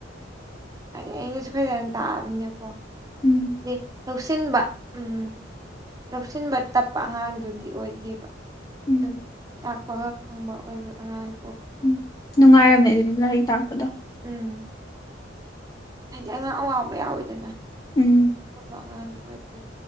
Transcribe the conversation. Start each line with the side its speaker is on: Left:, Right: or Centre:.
Right: ꯑꯩꯅꯁꯨ ꯈꯣꯏꯗꯝ ꯇꯥꯛꯑꯕꯅꯤꯅꯦꯅꯀꯣ
Left: ꯎꯝ
Right: ꯑꯗꯨ ꯂꯧꯁꯤꯟꯕ ꯎꯝ ꯂꯧꯁꯤꯟꯕ ꯇꯞꯄ ꯑꯉꯥꯡꯗꯨꯗꯤ ꯑꯣꯏꯗꯦꯕ
Left: ꯎꯝ
Right: ꯑꯗꯨꯝ ꯇꯥꯛꯄꯒ ꯈꯪꯕ ꯑꯣꯏꯕ ꯑꯉꯥꯡ
Left: ꯎꯝ ꯅꯨꯡꯉꯥꯏꯔꯝꯅꯦ ꯑꯗꯨꯗꯤ ꯂꯥꯏꯔꯤꯛ ꯇꯥꯛꯔꯄꯗꯣ
Right: ꯎꯝ ꯍꯥꯏꯗꯤ ꯑꯉꯥꯡ ꯑꯋꯥꯕ ꯌꯥꯎꯋꯤꯗꯅ
Left: ꯎꯝ
Right: ꯑꯕ ꯑꯉꯥꯡꯗ ꯑꯣꯏꯔꯗꯤ